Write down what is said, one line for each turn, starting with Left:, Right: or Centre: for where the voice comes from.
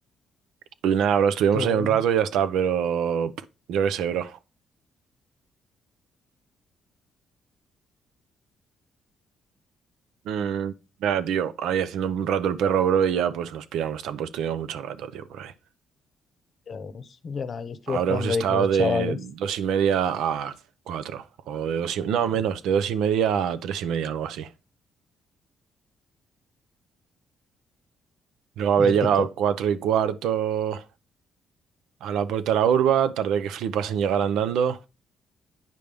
Right: Pues nada, bro, estuvimos
Left: qué bueno.
Right: ahí un rato y ya está, pero pff, yo qué sé, bro. Mm, nada, tío, ahí haciendo un rato el perro, bro, y ya pues nos piramos. Tampoco estuvimos mucho rato, tío, por ahí.
Left: Ya ves. Ya nada, yo estuve
Right: Habremos
Left: jugando
Right: estado
Left: ahí con los
Right: de
Left: chavales.
Right: dos y media a cuatro, o de dos y... No, menos, de dos y media a tres y media, algo así. Luego habré
Left: Épico.
Right: llegado cuatro y cuarto a la puerta de la urba, tardé que flipas en llegar andando,